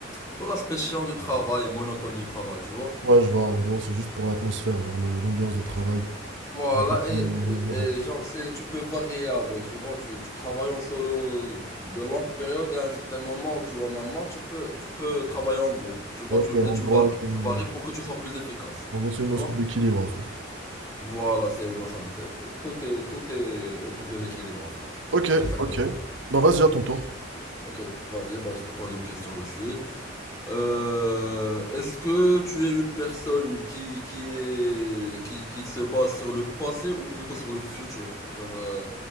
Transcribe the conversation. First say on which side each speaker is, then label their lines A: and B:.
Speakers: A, on the left; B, on the right.
A: tout l'aspect chiant du travail et monotone du travail, tu vois.
B: Ouais, je vois, en gros, c'est juste pour l'atmosphère, genre le- l'ambiance de travail.
A: Voilà,
B: Un peu plus
A: et,
B: légère.
A: et- genre, c'est, tu peux varier avec, tu vois, tu, tu travailles en solo de longues périodes et à un certain moment où tu en as marre, tu peux, tu peux travailler en groupe, tu vois,
B: Ok,
A: tu,
B: en
A: et tu
B: gros,
A: varies,
B: c'est
A: tu
B: une,
A: varies pour que tu sois plus efficace,
B: en gros, c'est
A: tu
B: une notion
A: vois.
B: d'équilibre en fait.
A: Voilà, c'est une notion de, c'est- tout est, tout est autour de l'équilibre en fait,
B: Ok,
A: c'est exactement
B: ok.
A: ça.
B: ben vas-y, à ton tour.
A: Ok, vas-y, bah, je te pose une question aussi. Euh, est-ce que tu es une personne qui qui est qui qui se base sur le passé ou plutôt sur le futur, genre euh,